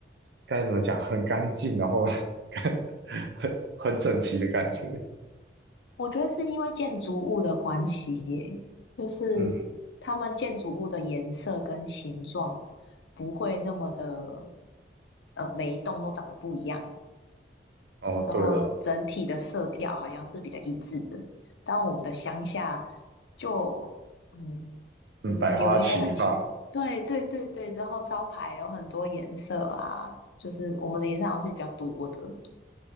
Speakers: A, on the right; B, on the left.
A: 该怎么讲，很干净，然后 <laughs> 很很整齐的感觉。
B: 我觉得是因为建筑物的关系耶，就是
A: 嗯，
B: 他们建筑物的颜色跟形状不会那么的，呃，每一栋都长得不一样，
A: 哦，
B: 然后整体的色调好像是比较一致的。
A: 对了，
B: 但我们的乡下就，嗯，
A: 嗯，
B: 就是有一些很奇，
A: 百花齐放，
B: 对对对对，然后招牌有很多颜色啊，就是我们的颜色好像是比较多的。